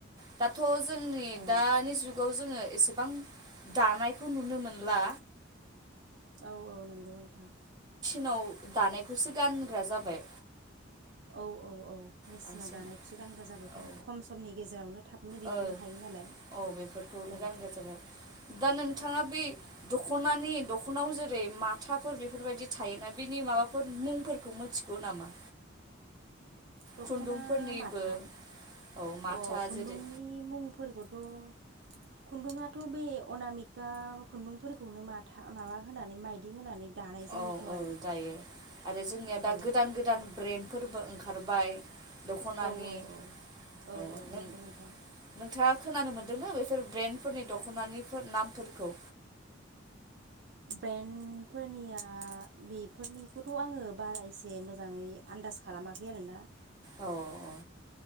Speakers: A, on the right (about 20°); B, on the right (about 60°).
A: दाथ' जोंनि
B: औ
A: दानि जुगाव जोङो एसेबां दानायखौ नुनो मोनला।
B: औ औ नोंगौ नोंथां।
A: नाव दानायखौसो गानग्रा जाबाय।
B: औ औ औ। मेसिनाव
A: बांसिन
B: दानायखौसो गानग्रा जाबायथ'
A: औ
B: आरो खम समनि गेजेरावनो थाबनो दिहुननो
A: ओ
B: हायो नालाय
A: अ बेफोरखौनो
B: औ
A: गानग्रा जाबाय। दा नोंथाङा बेै दख'नानि दख'नायाव जेरै माथाफोर बेफोरबायदि थायोना बेनि माबाफोर मुंफोरखौ मिथिगौ नामा?
B: दख'ना
A: खुन्दुंफोरनिबो
B: माथा
A: औ माथा
B: अ खुन्दुंनि
A: जेरै
B: मुंफोरखौ थ' खुन्दुंआथ' बे अनामिका खुन्दुंफोरखौनो माथा माबा होनानै मायदि होनानै दानाय जायो
A: औ
B: खोमा
A: औ दायो आरो जोंनिया दा
B: औ
A: गोदान गोदान ब्रेन्ड फोरबो ओंखारबाय दख'नानि
B: औ औ औ औ
A: ओ
B: औ
A: नों
B: नोंगौ नोंथां।
A: नोंथाङा खोनानो मोन्दोंना बेफोर ब्रेन्डफोरनि दखनानिफोर नामफोरखौ
B: ब्रेन्डफोरनिया बेफोरनिखौथ' आंङो बारा एसे मोजाङै आन्दास खालामाखै आरोना।
A: औ औ